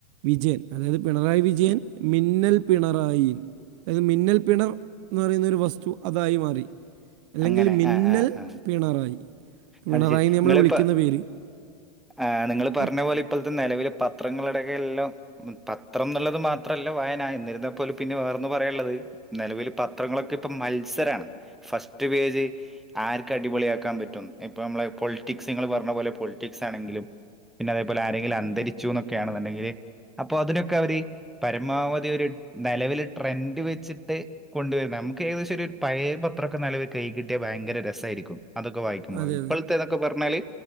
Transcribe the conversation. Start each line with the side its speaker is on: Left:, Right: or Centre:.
Right: വിജയൻ അതായത് പിണറായി വിജയൻ മിന്നൽ പിണറായി അതായത് മിന്നൽ പിണർ എന്ന് പറയുന്നൊരു വസ്തു അതായി മാറി അല്ലെങ്കിൽ
Centre: അങ്ങനെ
Right: മിന്നൽ
Centre: ആ ആ ആ
Right: പിണറായി പിണറായി
Centre: അത് ശരി
Right: നമ്മൾ
Centre: നിങ്ങളിപ്പ
Right: വിളിക്കുന്ന പേര്
Centre: ആ നിങ്ങൾ പറഞ്ഞ
Right: അതെ
Centre: പോലെ ഇപ്പോഴത്തെ നിലവിലെ പത്രങ്ങളടൊക്കെല്ലാം പത്രം എന്നുള്ളത് മാത്രമല്ല വായന എന്നിരുന്നാ പോലും പിന്നെ വേറെന്ന് പറയുള്ളത് നിലവിൽ പത്രങ്ങളൊക്കെ ഇപ്പൊ മത്സരാണ് ഫസ്റ്റ് പേജ് ആർക്ക് അടിപൊളിയ ആക്കാൻ പറ്റും ഇപ്പൊ നമ്മളെ പൊളിറ്റിക്സ് ഇങ്ങള് പറഞ്ഞ പോലെ പൊളിറ്റിക്സ് ആണെങ്കിലും പിന്നെ അതേപോലെ ആരെങ്കിലും അന്തരിച്ചു എന്നൊക്കെയാണെന്നുണ്ടെങ്കില് അപ്പൊ അതിനൊക്കെ അവര് പരമാവധി ഒരു നിലവിൽ ട്രെൻഡ് വെച്ചിട്ട് കൊണ്ടുവരുന്നത് നമുക്ക് ഏകദേശം ഒരു പയേ പത്രൊക്കെ നിലവിൽ കൈ കിട്ടിയ ഭയങ്കര രസമായിരിക്കും അതൊക്കെ വായിക്കുമ്പോൾ
Right: അതെ
Centre: ഇപ്പോഴത്തെതൊക്കെ പറഞ്ഞാല്